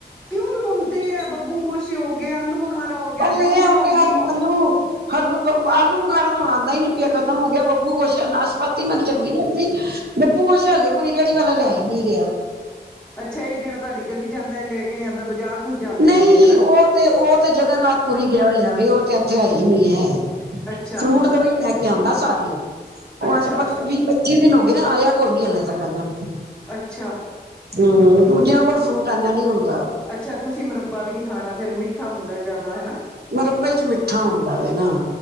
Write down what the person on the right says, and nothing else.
ਲੇ
ਇਹ ਆਲ
ਆਲ ਆਲੂ। ਹਾਲੂ ਆਲੂ ਬੁਖਾਰਾ ਤਾਂ ਹੁਣ ਆਉਂਦਾ ਨੀ ਪਿਆ ਖਤਮ ਹੋ ਗਿਆ ਬਬੂ ਗੋਸ਼ਾ, ਨਾਸ਼ਪਾਤੀ। ਸ਼ਪਾਤੀ ਮੈਨੂੰ ਚੰਗੀ ਨਹੀਂ ਲੱਗਦੀ ਬਬੂ ਗੋਸ਼ਾ ਹਾਲੇ ਕੋਈ ਰੇਹੜੀ ਵਾਲਾ ਲਿਆ ਹੀ ਨੀ ਰਿਹਾ ਹੈ।
ਨਹੀਂ
ਔਹ ਤੇ ਔਹ ਤੇ ਜਗਨਨਾਥ ਪੁਰੀ ਗਿਆ ਹੋਇਆ ਵੇ ਉਹ ਤੇ। <unintelligible>
ਫਰੂਟ ਤਾਂ ਔਹੀ ਲੈ ਕੇ ਆਉਂਦਾ ਸਾਰੇ ਔਹ
ਅੱਜ ਵੀਹ ਪੱਚੀ। ਵੀਹ ਦਿਨ ਹੋ ਗਏ ਨੇ ਆਇਆ ਕੌ ਈ ਨੀ ਹਲੇ ਤਕ ਕਰਨਾ ਮੈ
ਹਮ ਦੂਜਿਆਂ ਕੋਲ ਫਰੂਟ ਆਦਾ ਨੀ ਹੁਨ।
ਮਰੱਬੇ ਚ ਮਿੱਠਾ ਹੁੰਦਾ ਵੈ ਨਾ